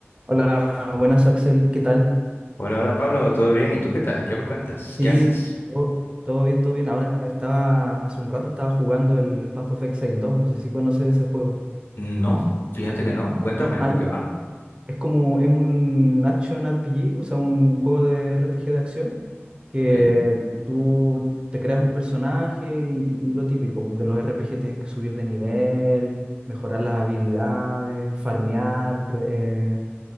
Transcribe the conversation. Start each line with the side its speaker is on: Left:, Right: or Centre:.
Right: Hola, buenas Axel, ¿qué tal?
Left: Hola, hola Pablo, ¿todo bien? ¿Y tú qué tal? ¿Qué me cuentas?
Right: Y
Left: ¿Qué haces?
Right: todo, todo bien, todo bien. Ahora estaba, hace un rato estaba jugando el Path of Exile dos. no sé si conoces ese juego,
Left: No, fíjate que no. Cuéntame
Right: ¿no? Hay,
Left: de qué va.
Right: es como, es un action RPG, o sea, un juego de RPG de acción, que
Left: Ok.
Right: tú te creas un personaje y, ti- y lo típico, pues, de los RPG tienes que subir de nivel, mejorar las habilidades, farmear, re- eh,